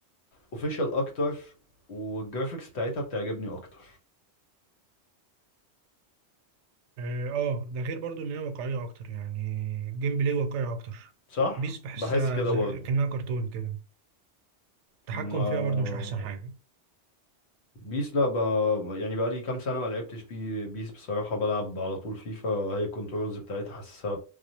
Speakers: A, on the left (about 70°); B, on the right (about 85°).
A: اوفيشال اكتر والجرافيكس بتاعتها بتعجبني اكتر
B: اه آه، ده غير برضو ان هي واقعية اكتر يعني الجيم بلاي واقعي اكتر
A: صح
B: بيس بحسها
A: بحس كده
B: زي
A: برضه
B: كأنها كرتون كده التحكم
A: ما
B: فيها برضو مش احسن حاجة
A: بيس لا ب... يعني بقى لي كام سنة ما لعبتش بي... بيس بصراحة بلعب على طول فيفا هي الكنترولز بتاعتها حاسسها